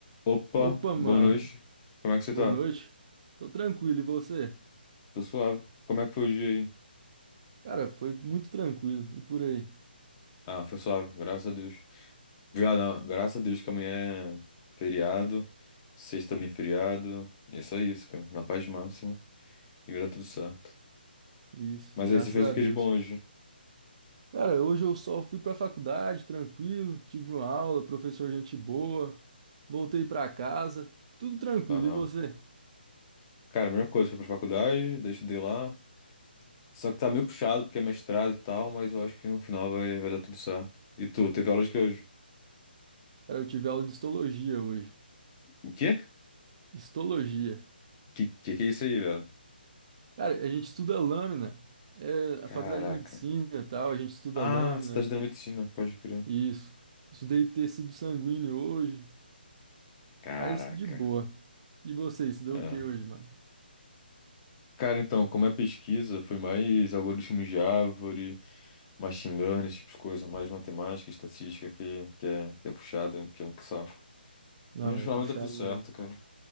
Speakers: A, on the left (about 25°); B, on the right (about 35°).
A: Opa,
B: Opa,
A: boa
B: mano.
A: noite. Como é que você
B: Boa
A: tá?
B: noite. Tô tranquilo, e você?
A: Tô suave. Como é que foi o dia aí?
B: Cara, foi muito tranquilo. E por aí?
A: Ah, foi suave, graças a Deus. Obrigado, ah, graças a Deus que amanhã é feriado, sexta também é feriado. E é só isso, cara. Na paz máxima. E vai dar tudo certo.
B: Isso,
A: Mas
B: graças
A: aí, você fez
B: a
A: o que
B: Deus.
A: de bom hoje?
B: Cara, hoje eu só fui pra faculdade, tranquilo, tive uma aula, professor gente boa, voltei pra casa, tudo tranquilo.
A: Aham.
B: E você?
A: Cara, a mesma coisa, fui pra faculdade, daí estudei lá. Só que tá meio puxado porque é mestrado e tal, mas eu acho que no final vai, vai dar tudo certo. E tu, teve aula de que hoje?
B: Cara, eu tive aula de histologia hoje.
A: O quê?
B: Histologia.
A: Que que, que é isso aí, velho?
B: Cara, a gente estuda lâmina. É,
A: Caraca.
B: a faculdade de medicina e tal, a gente estuda
A: Ah,
B: lâmina.
A: você tá estudando medicina, pode crer.
B: Isso. Estudei tecido sanguíneo hoje,
A: Caraca.
B: Mas de boa. E você, estudou
A: É.
B: o que hoje, mano?
A: Cara, então, como é pesquisa, foi mais algoritmos de árvore, machine learning, esse tipo de coisa, mais matemática, estatística que, que, é, que é puxada, que é um saco.
B: Não,
A: Mas no
B: é
A: final
B: puxado
A: dá tudo certo,
B: mesmo.
A: cara.